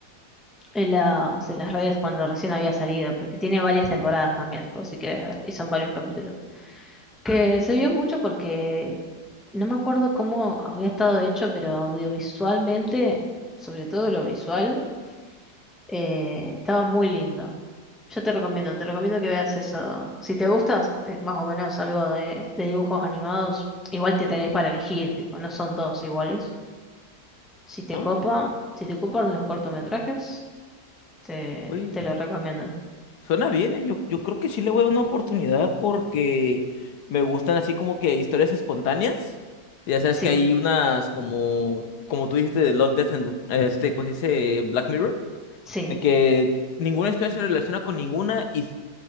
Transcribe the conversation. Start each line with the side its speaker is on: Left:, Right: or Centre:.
Centre: en las, en las redes cuando recién había salido, porque tiene varias temporadas también, por si quieres ver, y son varios capítulos. Que se vio mucho porque no me acuerdo cómo había estado hecho, pero audiovisualmente, sobre todo lo visual, eh, estaba muy lindo. Yo te recomiendo, te recomiendo que veas eso. Si te gustas, eh, más o menos algo de, de dibujos animados, igual te tenés para elegir, tipo, no son todos iguales. Si te
Left: Ah,
Centre: copa, si te copan los cortometrajes, te,
Left: uy,
Centre: te lo recomiendo.
Left: Suena bien, ¿eh? Yo, yo creo que sí le voy a dar una oportunidad porque me gustan así como que historias espontáneas. Ya sabes
Centre: Sí,
Left: que hay unas como, como tú dijiste de Love, Death and este, pues dice Black Mirror,
Centre: sí.
Left: de que ninguna historia se relaciona con ninguna y